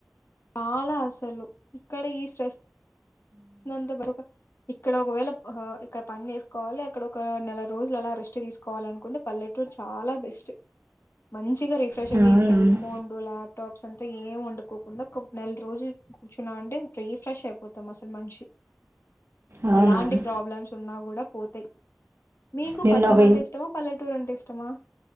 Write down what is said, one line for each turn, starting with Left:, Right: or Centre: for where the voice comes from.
Left: బాలే అసలు ఇక్కడ ఈ స్ట్రెస్ దాంతో బారోకా ఇక్కడ ఒక్ వేళ ఆహా ఇక్కడ పన్ జేసుకోవాలి అక్కడ ఒక నెల రోజులు అలా రేస్టు త్రిస్ కోవలన్ కుండు పల్లెటూర్ చాలా బెస్టు మంచ్ తీగ రీఫ్రెషరీ
Right: అవునవును
Left: సెల్ ఫోన్ ల్ ల్యాప్ టాప్స్ అంతా ఏం వొండుకోకుండా ఒక్ నెల్ రోజుల్ కూచ్చున్నావంటే రీ ఫ్రెష్ ఐపోతాం మస్ అల్ మన్షి
Right: అవునవును
Left: ఎలాంటి ప్రాబ్లమ్స్ ఉన్నా కూడా పోతాయి మీకు
Right: నిన్న
Left: పట్నమంటే
Right: ఒక
Left: ఇష్టమా పల్లెటూరాంటే ఇష్టమా